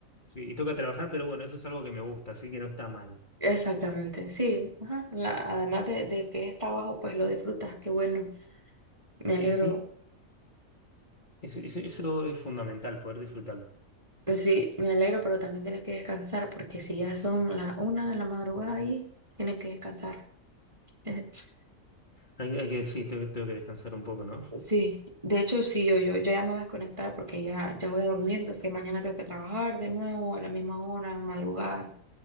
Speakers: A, on the left; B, on the right.
A: sí, y toca trabajar, pero bueno, eso es algo que me gusta, así que no está mal.
B: Exactamente, sí. Ajá. La- además de, de que es trabajo, pues lo disfrutas. Qué bueno. Me alegro.
A: Eh, sí, es- es- eso es fundamental, poder disfrutarlo.
B: Pues Sí, me alegro, pero también tienes que descansar porque si ya son las una de la madrugada ahí, tienes que descansar. <laughs>
A: Hay, hay que, sí, tengo, tengo que descansar un poco, ¿no?
B: Sí, de hecho sí, yo, yo, yo ya me voy a desconectar porque ya, ya voy a dormir, que mañana tengo que trabajar de nuevo a la misma hora, madrugar